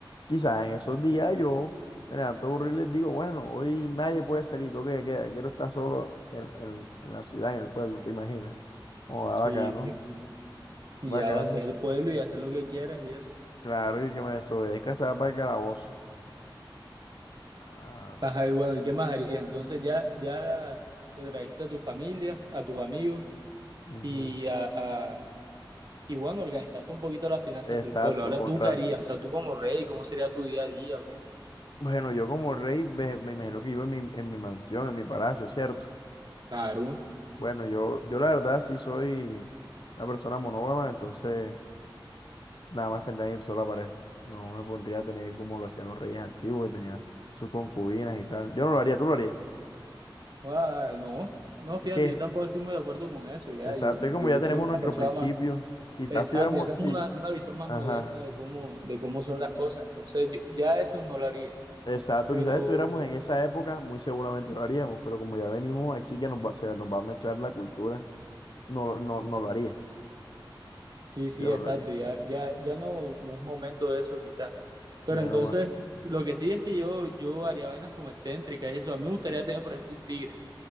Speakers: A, on the left (about 60°); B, on the right (about 55°).
A: Quizás en esos días yo me levanto aburrido y les digo, bueno, hoy nadie puede salir, toque de queda, quiero estar solo en, en- en la ciudad, en el pueblo, ¿te imaginas? Oh, ah,
B: Sí,
A: bacano,
B: sí. Y
A: bacano.
B: ya vacías el pueblo y hacer lo que quieras y eso.
A: Claro, y el que me desobedezca se va para el calabozo. Claro.
B: Ajá, y bueno, ¿y qué más harías? Entonces ya, ya te trajiste a tu familia, a tus amigos
A: ujú,
B: y a, a- y bueno, organizaste un poquito las finanzas
A: Exacto,
B: del pueblo. Ahora
A: contra...
B: tú qué harías, o sea, tú como rey, ¿cómo sería tu día a día o qué?
A: Bueno, yo como rey me, me imagino que vivo en mi, en mi mansión, en mi palacio, ¿cierto?
B: Claro.
A: Bueno, yo, yo la verdad sí soy una persona monógama, entonces... Nada más tendría mi sola pareja. No me pondría a tener como lo hacían los reyes antiguos, que tenían sus concubinas y tal. Yo no lo haría, tú lo harías.
B: Ah, no, no,
A: Es
B: fíjate,
A: que,
B: yo tampoco estoy muy de acuerdo con eso, ya.
A: exacto,
B: Yo,
A: es
B: yo
A: como ya tenemos
B: soy una
A: nuestro
B: persona
A: principio.
B: más
A: Quizás
B: Exacto,
A: tuviéramos,
B: ya tenemos
A: sí,
B: una, una visión más
A: ajá,
B: moderna de cómo, de cómo son las cosas, entonces yo- ya eso no lo haría,
A: exacto,
B: pero
A: quizás estuviéramos en esa época, muy seguramente lo haríamos, pero como ya venimos aquí que nos va, se nos va a mezclar la cultura, no, lo- no, no lo haría.
B: sí,
A: Yo
B: sí, exacto,
A: no lo haría.
B: ya, ya, ya no, no es momento de eso quizás, pero
A: Bueno,
B: entonces
A: man.
B: lo que sí es que yo, yo haría vainas como excéntricas, y eso, a mí me gustaría tener, por ejemplo, un tigre,